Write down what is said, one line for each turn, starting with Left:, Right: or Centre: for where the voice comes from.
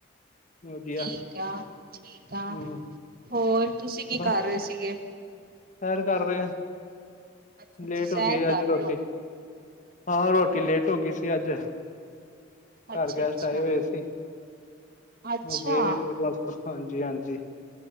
Left: ਵਧੀਆ,
Right: ਠੀਕ ਆ, ਠੀਕ ਆ।
Left: ਹੂੰ
Right: ਹੋਰ ਤੁਸੀਂ ਕੀ
Left: ਬਸ
Right: ਕਰ ਰਹੇਂ ਸੀ। ਗੇ
Left: ਸੈਰ ਕਰ ਰਹੇ
Right: ਅੱਛਾ-ਅੱਛਾ,
Left: ਲੇਟ
Right: ਸੈਰ
Left: ਹੋ ਗਈਂ
Right: ਕਰ
Left: ਅੱਜ਼ ਰੋਟੀ।
Right: ਰਹੇ ਹੋ
Left: ਆਹੋ ਰੋਟੀ ਲੇਟ ਹੋ ਗਈਂ ਸੀ ਅੱਜ਼।
Right: ਅੱਛਾ-ਅੱਛਾ,
Left: ਘਰ ਗੈਸਟ ਆਏਂ ਹੋਏ ਸੀ।
Right: ਅੱਛਾ ਅੱਛਾ,
Left: ਉਹ ਗਏ ਦੇ। ਫ਼ਿਰ ਹਾਂਜੀ, ਹਾਂਜੀ